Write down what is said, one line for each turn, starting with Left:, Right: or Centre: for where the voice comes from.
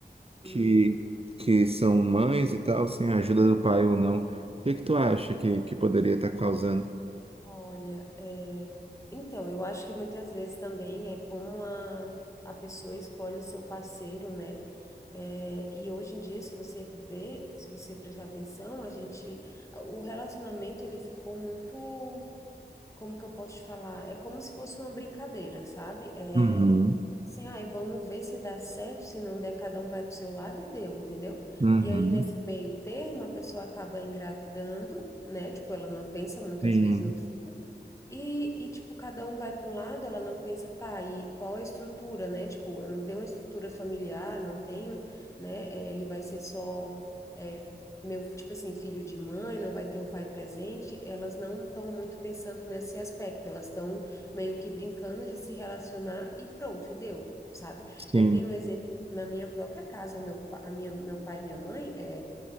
Right: Que,
Left: Uhum.
Right: que são mães e tal, sem a ajuda do pai ou não. O que que tu acha que, que poderia estar causando?
Left: Olha, é, então, eu acho que muitas vezes também é como a, a pessoa escolhe o seu parceiro, né? É, e hoje em dia, se você vê, se você prestar atenção, a gente, o relacionamento ele ficou muito, como que eu posso te falar? É como se fosse uma brincadeira, sabe? É,
Right: Uhum,
Left: assim, ai, vamos ver se dá certo, se não der, cada um vai pro seu lado e deu, entendeu?
Right: uhum.
Left: E aí, nesse meio termo, a pessoa acaba engravidando, né? Tipo, ela não pensa muitas
Right: Sim,
Left: vezes no filho e, e, tipo, cada um vai para um lado, ela não pensa, tá, e qual a estrutura, né? Tipo, eu não tenho uma estrutura familiar, não tenho, né? eh, Ele vai ser só, eh, meu, tipo assim, filho de mãe, não vai ter o pai presente. Elas não estão muito pensando nesse aspecto, elas estão meio que brincando de se relacionar e pronto, e deu, sabe?
Right: sim.
Left: Eu tenho um exemplo na minha própria casa, o meu, pa- a minha, meu pai e minha mãe, eh,